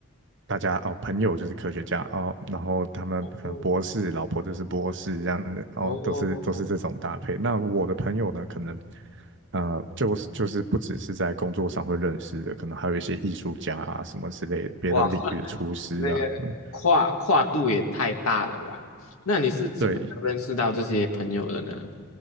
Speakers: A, on the right; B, on the left.
A: 大家哦朋友就是科学家哦，然后他们可能博士，
B: 哦
A: 老婆就是博士这样子，哦都是都是这种搭配。
B: 哦。
A: 那我的朋友呢，可能。呃，就是就是不只是在工作上会认识的，可能还有一些艺术家啊什么之类，别的领域的厨师啊，
B: 哇，<laughs> 那个跨跨度也太大了吧？
A: 嗯，
B: 那你是怎么认识到这些朋友的呢？
A: 对，